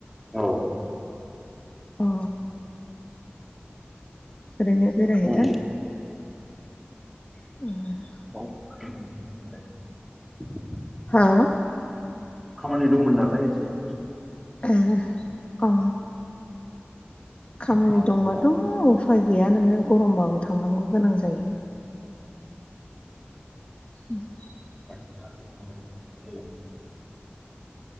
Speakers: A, in the centre; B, on the left (about 30°).
A: औ
B: अ ओरैनो बेरायहैदों?
A: खामानि
B: उम
A: औे
B: हा?
A: खामानि दंमोन नालाय एसे।
B: ए अ खामानि
A: गरम
B: दंबाथ'
A: औ
B: उफाय गैया नोङो गरमबाबो थांनांगौ गोनां जायो। <inaudible>
A: <unintelligible>